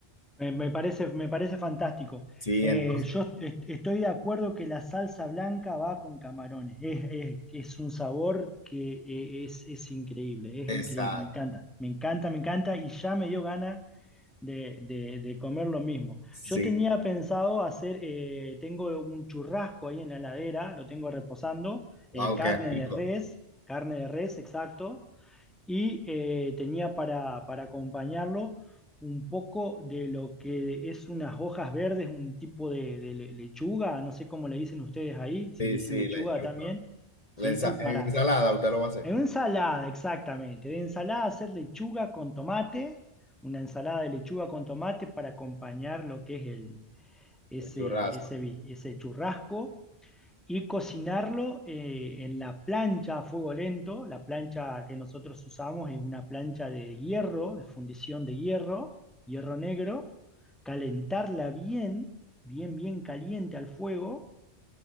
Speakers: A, in the centre; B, on the left.
A: Me, me parece, me parece fantástico.
B: Sí,
A: Eh,
B: entonces,
A: yo est- estoy de acuerdo que la salsa blanca va con camarones. Es, es- es un sabor que eh, es, es increíble, es
B: exacto.
A: increíble, me encanta, me encanta, me encanta y ya me dio ganas de, de- de comer lo mismo.
B: Sí,
A: Yo tenía pensado hacer, eh, tengo un churrasco ahí en la heladera, lo tengo reposando, eh,
B: wow,
A: carne
B: qué rico.
A: de res, carne de res, exacto y eh, tenía para, para acompañarlo un poco de lo que es unas hojas verdes, un tipo de, de le- lechuga, no sé cómo le dicen ustedes ahí, si
B: Sí,
A: le dicen
B: sí,
A: lechuga
B: lechuga.
A: también. Sí,
B: La ensa-
A: sí, para.
B: en ensalada usted lo va a hacer,
A: En una ensalada, exactamente. De ensalada hacer lechuga con tomate, una ensalada de lechuga con tomate para acompañar lo que es el, ese,
B: el churrasco.
A: ese, vi- ese churrasco y cocinarlo eh, en la plancha a fuego lento. La plancha que nosotros usamos es una plancha de hierro, de fundición de hierro, hierro negro, calentarla bien, bien, bien caliente al fuego